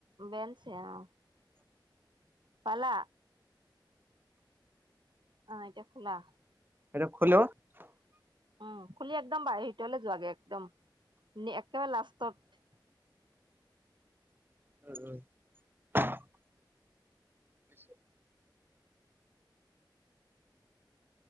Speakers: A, on the right; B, on the right.
A: বেঞ্চে অ'। পালা। অ', এতিয়া খোলা।
B: এইটো খোলো
A: উম', খুলি একদম বাহিৰ ভিতৰলৈ যোৱাগে একদম, একেবাৰে লাষ্টত
B: <inaudible> <inaudible>